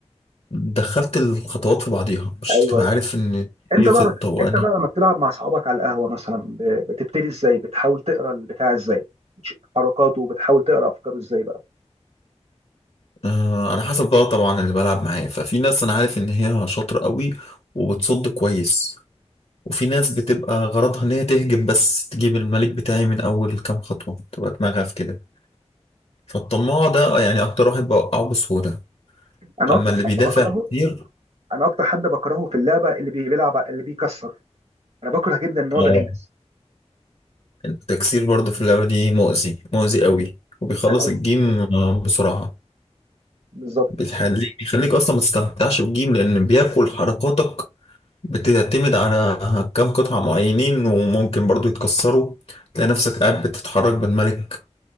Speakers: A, on the left; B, on the right.
A: دخلت الخطوات في بعضيها مش
B: ايوه
A: هتبقى عارف ان
B: انت
A: هي
B: بقى
A: خطة وانهي
B: انت بقى لما بتلعب مع اصحابك على القهوه مثلا ب- بتبتدي ازاي بتحاول تقرا البتاع ازاي حركاته وبتحاول تقرا افكاره ازاي بقى
A: آه، على حسب بقى طبعا اللي بلعب معاه ففي ناس انا عارف ان هي شاطرة قوي وبتصد كويس وفي ناس بتبقى غرضها ان هي تهجم بس تجيب الملك بتاعي من اول كام خطوة تبقى دماغها في كده فالطماع ده يعني اكتر واحد بوقعه بسهولة
B: انا
A: اما
B: اكتر
A: اللي
B: حاجه
A: بيدافع
B: بكرهه
A: كتير
B: انا اكتر حد بكرهه في اللعبه اللي بي- بيلعب اللي بيكسر انا بكره جدا النوع
A: آه،
B: ده من الناس
A: التكسير برضه في اللعبه دي مؤذي مؤذي قوي
B: جدا
A: وبيخلص
B: جدا قوي
A: الجيم آه، بسرعه
B: بالظبط
A: بيخليك بيخليك اصلا ما تستمتعش بالجيم لان بياكل حركاتك بتعتمد على كام قطعه معينين وممكن برضه يتكسروا تلاقي نفسك قاعد بتتحرك بالملك